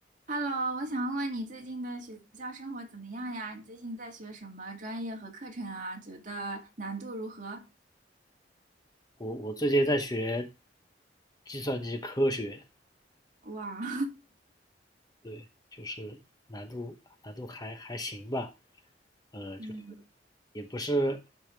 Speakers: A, on the right; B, on the left.
A: Hello，我想问问你最近的学校生活怎么样呀？你最近在学什么专业和课程啊？觉得难度如何？
B: 我我最近在学计算机科学，
A: 哇，<laughs>
B: 对，就是难度难度还还行吧，呃，
A: 嗯
B: 就是也不是